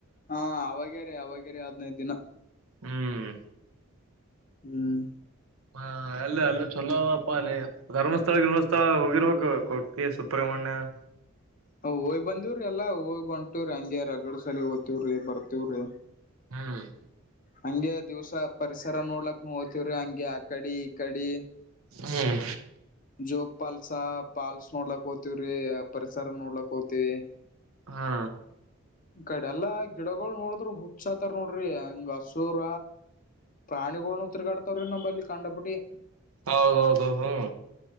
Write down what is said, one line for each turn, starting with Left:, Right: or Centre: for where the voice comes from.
Left: ಹಾ ಅವಾಗ್ಯಾರ ಅವಾಗ್ಯಾರ ಹದ್ನೈದು ದಿನ
Right: ಹ್ಮ್
Left: ಹ್ಮ್
Right: ಹ ಅಲ್ಲಿ ಅಲ್ಲ ಚಲೋ ಅದಪ್ಪ ಅಲ್ಲಿ ಧರ್ಮಸ್ಥಳ ಗಿರ್ಮಸ್ಥಳ ಹೋಗಿರ್ಬೇಕು ಕೊಕ್ಕೆ ಸುಬ್ರಹ್ಮಣ್ಯ. ಹಾ
Left: ಹೋಗಿ ಬಂದವ್ರಿ ಎಲ್ಲ ಹೋಗ್ ಹೊಂಟಿವ್ರಿ ಹಂಗಗೆ ರಗಡ ಸಲ ಹೋತ್ತಿವ್ರಿ ಬರ್ತಿವ್ರಿ.
Right: ಹ್ಮ್
Left: ಹಂಗೆ ದಿವ್ಸ ಪರಿಸರ ನೋಡ್ಲಕ್ ಹೋತಿವ್ರಿ ಹಂಗೆ ಆ ಕಡೆ ಈ ಕಡಿ.
Right: ಹ್ಮ್
Left: ಜೋಗ ಪಾಲ್ಸ ಪಾಲ್ಸ್ ನೋಡ್ಲಕ್ ಹೋಗ್ತಿವ್ರಿ ಆ ಪರಿಸರ ನೋಡ್ಲಾಕ್ ಹೋಗ್ತಿವಿ.
Right: ಹಾ
Left: ಕಡೆಲ್ಲಾ ಗಿಡಗಳು ನೋಡಿದ್ರು ಹುಚ್ಸಾತಾರ ನೋಡ್ರಿ ಹಂಗ ಹಸೂರ ಪ್ರಾಣಿಗಳ್ನು ತೀರ್ಗಾಡ್ತಾವ್ರಿ ನಮ್ಮಲ್ಲಿ ಕಂಡ ಬಟ್ಟಿ.
Right: ಹೌದೌದೌದು ಹ್ಮ